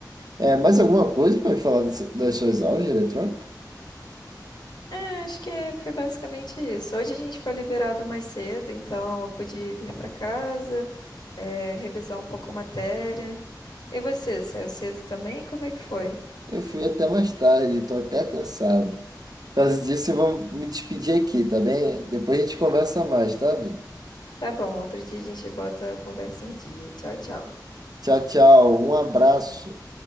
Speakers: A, on the right; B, on the left.
A: É, mais alguma coisa para falar desse- das suas aulas de eletrônica?
B: É, acho que é- foi basicamente isso. Hoje a gente foi liberado mais cedo, então eu pude vir para casa, é, revisar um pouco a matéria. E você, saiu cedo também? Como é que foi?
A: Eu fui até mais tarde, estou até cansado. Por causa disso, eu vou me despedir aqui, tá bem? Depois a gente conversa mais, tá, Duda?
B: Tá bom, outro dia a gente bota a conversa em dia. Tchau, tchau.
A: Tchau, tchau. Um abraço.